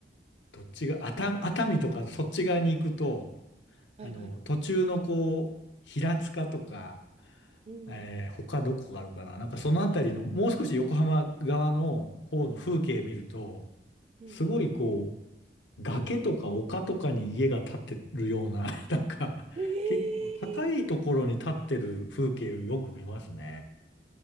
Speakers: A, on the left; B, on the right.
A: どっちが、熱熱海とかそっち側に行くと、
B: はいはい。
A: あの、途中のこう、平塚とか、
B: うん、
A: えー他どこがあるかななんかそのあたりの、もう少し横浜側の方の風景見ると、
B: うん、
A: すごいこう、
B: うん。
A: 崖とか丘とかに家が建ってるような、<laughs> なんか、
B: ええ
A: 結構高いところに建ってる風景をよく見ますね。